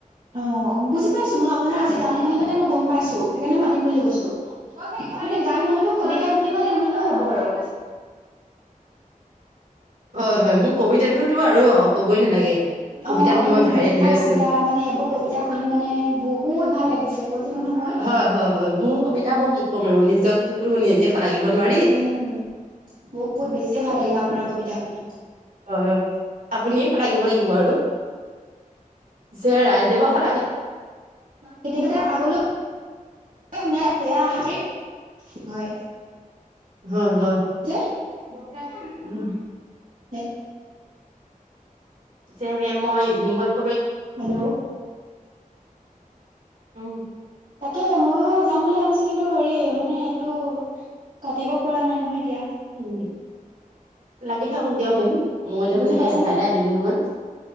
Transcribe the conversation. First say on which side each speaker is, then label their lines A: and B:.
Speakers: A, on the right; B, on the right.
A: অ' বুজি মই আপোনাৰ আজি গান শুনি মে মই গম পাইছো সেইকাৰণে মাতিম বুলি কৈছো আপুনি গান নহলেও ক এতিয়া দুটি মান হ'ব বাৰু
B: হয় হয় মোৰ কবিতাটোতো আৰু অ কবই নালাগে কবিতাত
A: অ', আপুনি
B: মই
A: নিজে
B: ভাইৰেল
A: লিখা
B: হৈ আছো
A: কবিতা মানে এইবোৰ কবিতা শুনি মানে বহুত ভাল লাগিছে কৈছো নহয় মই।
B: হয়- হয়- হয় মোৰ কবিতা মোক কম আৰু নিজক তোৰ শুনি নিজে লাগিব নোৱাৰি।
A: উম বহুত বেছিয়ে ভাল লাগিলে আপোনাৰ কবিতা শুনি।
B: হয়- হয় আপুনিয়ে আহিব লাগিব আৰু। যে ৰাইজে বাৰু সদায়
A: তেতিতে আগলৈ শুনাই আ ভাবিম হয়।
B: হয়। হয়।
A: <unintelligible>
B: উম। পি মই ইভিনিং ৱক।
A: হেল্ল'?
B: উম,
A: তাকে ময়ো যাম বুলি ভাবিছো কিন্তু এইটো হেৰি মানে এইটো কাটিব পৰা নাই নহয় এতিয়া।
B: উম লাগি থাকক দিয়ক উম। মই এতিয়া
A: বুজি
B: মানে
A: পাইছেনে?
B: এঠাইতে আহিলো নহয়